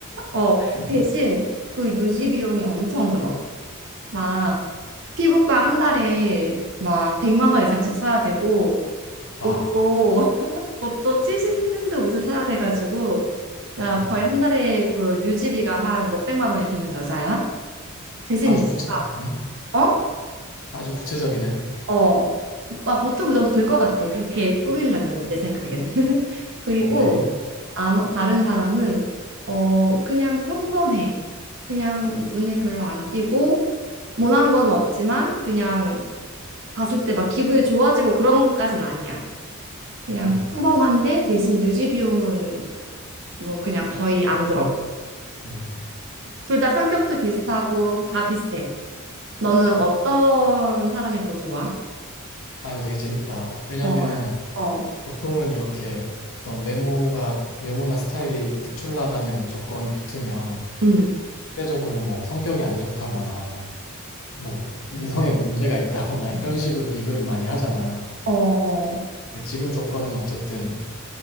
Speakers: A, on the right (about 60°); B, on the left (about 65°).
A: 어,
B: <laughs>
A: 대신 그 유지 비용이 엄청 들어. 막 피부과 한 달에 막 100만 원 이상씩 써야 되고
B: 와,
A: 옷도 옷도 시즌 트렌드 옷을 사야 돼가지고 자
B: 음,
A: 거의 한 달에 그 유지비가 한 몇백만 원이 드는 여자야. 대신
B: 아주
A: 진짜
B: 구체적이네.
A: 어?
B: 아주 구체적이네.
A: 어. 오빠 보통 그 정도 들 것 같아. 그렇게 꾸밀려면은 내 생각엔. <laughs> 그리고
B: 오케이.
A: 아무 다른 사람은 어 그냥 평범해. 그냥 눈에 별로 안 띄고 모난 건 없지만 그냥 봤을 때 막 기분이 좋아지고 그런 것까진 아니야. 그냥
B: 음,
A: 평범한데 대신 유지 비용은 뭐 그냥 거의 안 들어.
B: 음.
A: 둘 다 성격도 비슷하고 다 비슷해. 너는 어떤 사람이 더 좋아?
B: 아, 이거 되게 재밌다. 왜냐면
A: 어, 어,
B: 보통은 이렇게 어떤 외모가, 외모나 스타일이 특출나다는 조건이 붙으면
A: 음,
B: 상대적으로 뭐 성격이 안 좋다거나 뭐 인성에 문제가 있다거나 이런 식으로 비교를 많이 하잖아.
A: 어, 어.
B: 근데 지금 조건은 어쨌든